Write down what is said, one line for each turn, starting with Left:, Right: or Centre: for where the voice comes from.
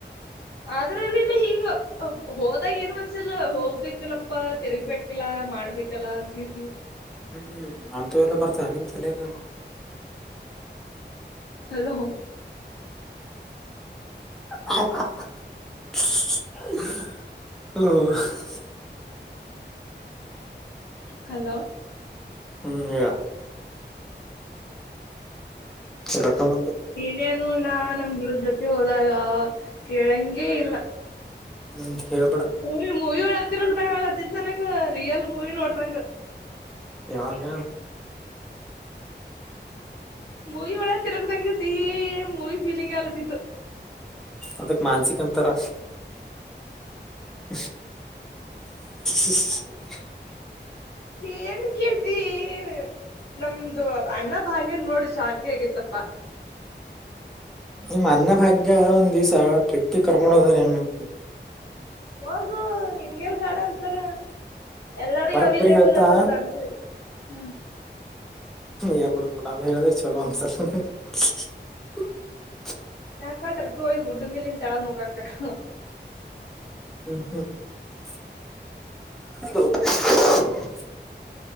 Left: ಆದ್ರಲೆ ಹಿಂಗು ಹೋದಾಗ ಏನು ಒಂದ್ಸಲ ಹೋಗ್ಬೇಕಿಲ್ಲಪ್ಪ ತಿರ್ಗ್ಬೇಕಿಲ್ಲ ಮಾಡ್ಬೇಕಲ್ಲಾ ಅಂತಸವು <unintelligible>
Centre: ಹ್ಮ್ ಅಂತೂ ಎಲ್ಲ ಬರ್ತೇಾನ ನಿಮ್ ತಲೆಗಾ
Left: ಹಲೋ
Centre: ಹ್ಮ <unintelligible>
Left: ಹಲೋ
Centre: ಹ್ಮ್ ಹೇಳ ರೊಕ್ಕ ಬಂದು
Left: ನೇನು ನ ನಮ್ ಗುಡದ ಜೊತೆ ಹೋದಾಗ ಕೆೇಳಂಗಗೆ ಇಲ್ಲ
Centre: ಹ್ಮ್ ಹೇಳ್ಬೇಡ
Left: ಮೂವಿ ಮೂವಿ ಒಳತ್ತ ನೋಡ್ದತಿಿತ್ ನನಂಗ ರಿಯಲ್ ಮೂವಿ ನೋಡ್ದಂಗ
Centre: ಯಾವಂಗ
Left: ಮೂವಿ ಒಳ ತಿರಗದಂಗ ಸಿಹಿ ಮೂವಿ ಫೀಲಿಂಗ್ ಆಲತಿತ್ತು
Centre: ಅದಕ್ ಮಾನಸಿಕ ಅಂತರ ಹ <unintelligible>
Left: ನೀನ ಕೇತೀ <unintelligible> ನಮ್ದು ಅನ್ನ ಭಾಗ್ಯದ ನೋಡ ಶಾಕೆ ಆಗಿತ್ತಪ್ಪಾ
Centre: ನಿಮ್ಮ ಅನ್ನ ಭಾಗ್ಯ ಒಂದ್ ದಿವ್ಸ ಟ್ರಿಪ್ಗೆ ಕರ್ಕೊಂಡ ಹೋದ ಹೆಂಗಂತ
Left: ಹೋಗು ನಿನ್ಗರ್ ಬೇಡ ಅಂತಾರ ಎಲ್ಲಾರ
Centre: ಬರಬ್ಬರಿ
Left: ಅವೈಲಬಲ್
Centre: ಹೇಳ್ತಾ
Left: ಅತ ಸ ಹ್ಮ್ <unintelligible>
Centre: ಗ ಬಿಡಬಡ ಅದು ಹೇಳದಿರ್ಲ ಅಂತ <unintelligible>
Left: ಕಾಕಾ ಟ್ರಿಟ್ಟು ಹಯ್ದ ಗುಡ್ಡು ಮೇಲಿಂದ ತಳನು ಕಾ ಕಾ
Centre: ಹ ಹಾ <unintelligible> ಮಾಡು <unintelligible>